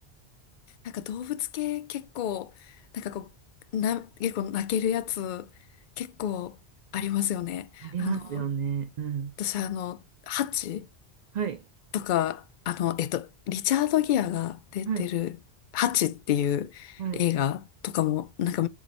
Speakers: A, on the left; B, on the right.
A: なんか動物系結構、なんかこう、な、結構泣けるやつ結構ありますよね。
B: ありますよね。
A: あの、
B: うん。
A: 私あの、ハチ
B: はい。
A: とか、あの、えっと、リチャード・ギアが出てる、
B: はい。
A: ハチっていう映画とかも、
B: はい。
A: なんか